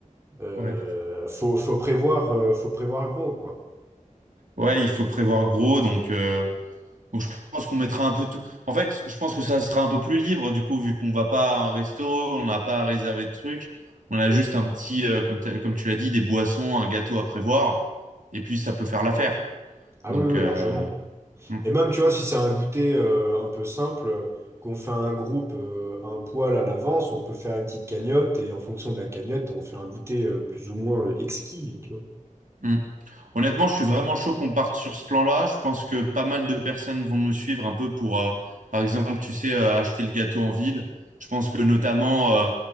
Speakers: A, on the right (about 20°); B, on the right (about 75°).
A: euh,
B: Ouais.
A: faut, faut prévoir, euh, faut prévoir gros, quoi.
B: Ouais, il faut prévoir gros, donc, euh, donc je pense qu'on mettra un peu tout. En fait, je pense que ça sera un peu plus libre, du coup, vu qu'on va pas à un resto, on n'a pas à réserver de trucs. On a
A: Oui.
B: juste un petit, euh, comme, t'as- comme tu l'as dit, des boissons, un gâteau à prévoir, et puis ça peut faire l'affaire.
A: Ah
B: Donc,
A: oui, oui,
B: euh,
A: oui, largement.
B: mm,
A: Et même, tu vois, si c'est un goûter euh, un peu simple, euh, qu'on fait un groupe euh, un poil à l'avance, on peut faire une petite cagnotte et en fonction de la cagnotte, on fait un goûter euh, plus ou moins euh, exquis, tu vois.
B: mm. Honnêtement, je suis vraiment chaud qu'on parte sur ce plan-là. Je pense que pas mal de personnes vont nous suivre un peu pour, euh, par exemple, tu sais, euh, acheter le gâteau en ville. Je pense que notamment, euh,